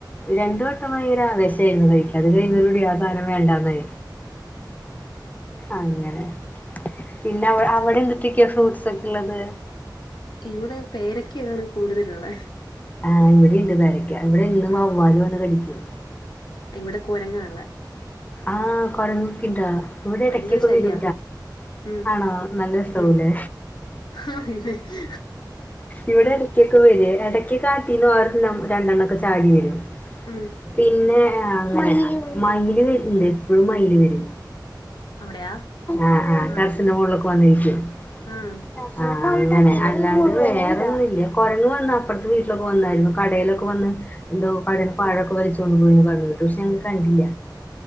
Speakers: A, on the left; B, on the left.
A: രണ്ട വട്ടമായി ഒരു ആവേശമായിരുന്നു കഴി അത് കൈുന്നൂറ്ടി
B: ഉം
A: ആഹ് സാധനം വേണ്ടന്ന അങ്ങനെ പിന്നെ അവിടെ എന്തിട്ടക്കെയ ഫ്രൂട്ട്സ് ഒക്കെ ഉള്ളത്
B: ഇവിടെ പേരൊക്കെയാണ് കൂടുതലുള്ളത്
A: ആഹ് ഇവിടെയുണ്ട് വരക്ക ഇവിടെ ഇന്ന്
B: ഉം
A: വവ്വാല് വന്ന് കടിക്കോ
B: ഇവിടെ കോരങ്ങള്ളെ
A: ആഹ് കൊരങ്ങ്യക്കൊ ഇണ്ടോ ഇവിടെ
B: ഭയങ്കര
A: ടക്കക്ക
B: ശല്യ
A: വരൂ
B: ഉം
A: ആണോ നല്ല രസവുംലേ
B: ഉം ആ പിന്നെ
A: ഇവിടെ <unintelligible> ക്കൊക്കെ വര ഇടയ്ക്ക് കാട്ടീന്ന് രണ്ടെണ്ണംക്കെ ചാടി വരും
B: ഉം
A: പിന്നെ അങ്ങനെ മയില് വരുന്നുണ്ട് എപ്പോഴും മയില് വരും
B: അവിടെയാ
A: ആ്ഹ് ആഹ്
B: ആ
A: റസിന്റെ
B: ആ
A: മുകളിലൊക്കെ വന്നിരിക്കും
B: ആ ഉം
A: ആഹ് അങ്ങനെ
B: ഉം
A: അല്ലാണ്ട് വേറേന്നുമില്ല കുറങ് വന്ന അപ്പുറത്തെ വീട്ടിലൊക്കെ വന്നായിരുന്നു കടയിലൊക്കെ വന്ന് എന്തോ കടയിൽ പാഴൊക്കെ വലിച്ചു ണ്ടു പോയി പറ കേട്ടു പക്ഷെ കണ്ടില്ല